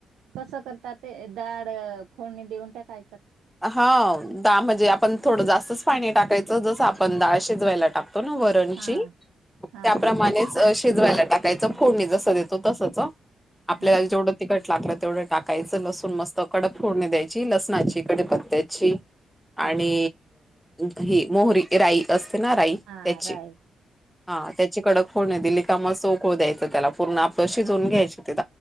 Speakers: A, on the right; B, in the centre.
A: कसं करतात ते.. दडाळ फोडणी देऊन टकाय
B: हा, दाळ म्हणजे आपण थोडं जास्तच पाणी टाकायचं जस आपण दाळ शिजवायला टाकतो. वरणची
A: हा
B: त्याप्रमाणेच
A: हा
B: अ... शिजवायला टाकायचं फोडणी जसं देतो तसंच आपल्याला
A: हा
B: जेवढं तिखट लाकला तेवढं टाकायचं लसूण मस्तकड फोडणी द्यायची लसणाची, कडे पत्त्याची आणि
A: हा
B: ही मोहरी राई अस त्याची
A: हा राईट
B: हा त्याची कड होणे दिली का म उकळू द्यायचं त्याला पूर्ण आपलं शिजवून घ्यायची